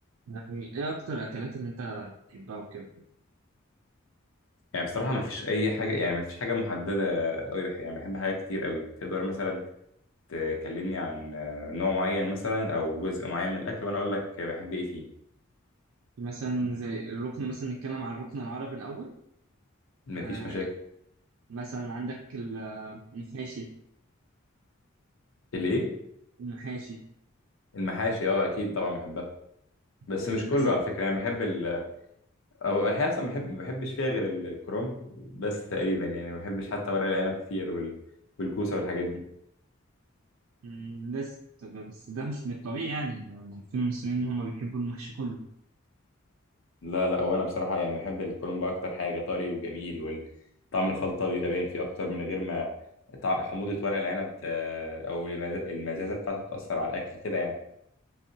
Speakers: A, on the right (about 85°); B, on the left (about 65°).
A: يعني ايه اكتر الاكلات اللي انت بتحبها وكده
B: يعني بصراحة مفيش أي حاجة يعني مفيش حاجة محددة أوي بح يعني بحب حاجات كتير أوي تقدر مثلا تكلمني عن آه، نوع معين مثلا أو جزء معين من الأكل وأنا أقول لك بحب إيه فيه
A: مثلا زي الركن مثلا نتكلم عن الركن العربي الاول
B: مفيش
A: آه
B: مشاكل
A: مثلا عندك المحاشي
B: الإيه؟
A: المحاشي
B: المحاشي أه أكيد طبعا بحبها بس
A: مثلا
B: مش كله على فكرة يعني بحب ال أو الحقيقة أصلا بحب ما بحبش فيها غير ال- الكرنب بس تقريبا يعني ما بحبش حتى ورق العنب كتير وال... والكوسة والحاجات دي
A: الناس طب بس ده مش من الطبيعي يعني ده عارفين المصريين ان هم بيحبوا المحشي كله
B: لا لا وانا بصراحه يعني بحب الكرنب اكتر حاجه طري وجميل وطعم الخلطه بيبقى باين فيه اكتر من غير ما طع- حموضه ورق العنب ت- او المز- المزازه بتاعته تاثر على الاكل كده يعني